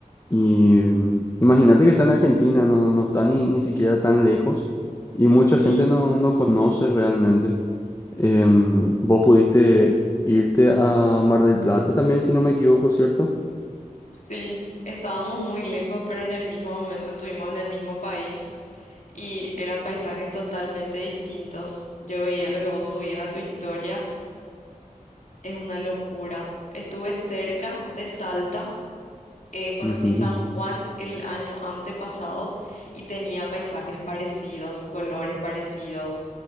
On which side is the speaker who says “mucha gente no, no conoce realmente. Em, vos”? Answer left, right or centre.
Left